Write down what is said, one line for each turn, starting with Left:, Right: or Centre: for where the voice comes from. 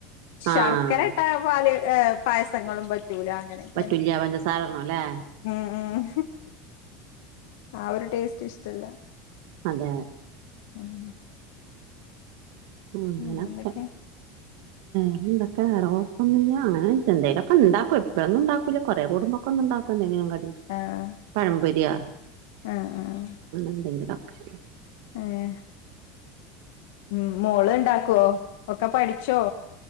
Left: ശർക്കര
Right: ആഹ്
Left: ഇട്ട പാല് ഏ പായസങ്ങളും പ റ്റൂല അങ്ങനെയൊക്കെ
Right: പറ്റൂല്ല പഞ്ചസാരടണല്ലേ
Left: ഉം ഉം ആ ഒരു ടേസ്റ്റ് ഇഷ്ടല്ല
Right: അതെ
Left: <unintelligible>
Right: ഉം അങ്ങനെക്കെ
Left: പിന്നെ എന്തൊക്കെ
Right: <unintelligible> എന്തോലൊക്കെ ഇണ്ടാക്കും എപ്പേഴെന്നുണ്ടാക്കൂല കൊറെ കൂടുമ്പോക്കൊന്ന് ഇണ്ടാക്കും എന്തേലും കടി <unintelligible>
Left: ആഹ്
Right: പഴമ്പൊരിയാ
Left: ആഹ് ആഹ് ആ
Right: എന്തെങ്കിലൊക്കെ
Left: ഏഹ് ഉം മോള് ഇണ്ടാക്കോ ഒക്കെ പഠിച്ചോ